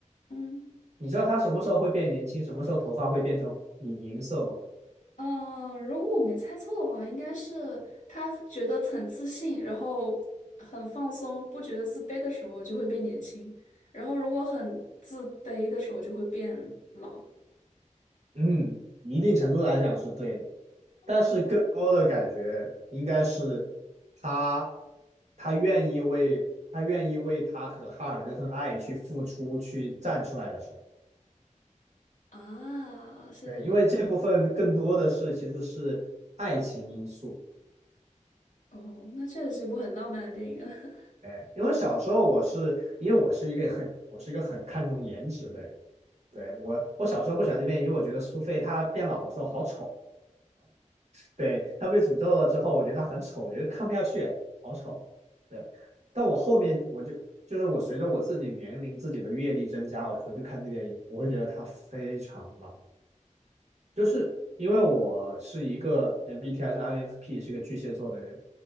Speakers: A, on the left; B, on the right.
A: 嗯。
B: 你知道他什么时候会变年轻，什么时候头发会变成银银色吗？
A: 嗯，如果我没猜错的话，应该是他觉得很自信，然后很放松，不觉得自卑的时候就会变年轻，然后如果很自卑的时候就会变老。
B: 嗯，一定程度来讲是对的，
A: 哦
B: 但是更多的感觉应该是他，他愿意为他愿意为他和哈尔的这份爱去付出，去站出来的时候，
A: 啊，是这样
B: 对，因为这部分更多的是其实是爱情因素，
A: 哦，那确实是一部很浪漫的电影。<laughs>
B: 对，因为小时候我是因为我是一个很我是一个很看重颜值的人，对，我我小时候不喜欢这边，因为我觉得苏菲她变老的时候好丑，对，他被诅咒了之后，我觉得他很丑，我觉得看不下去，好丑。对，但我后面我就就是我随着我自己年龄、自己的阅历增加，我回去看这电影，我会觉得他非常老，就是因为我是一个 MBTI 是 INFP 是一个巨蟹座的人，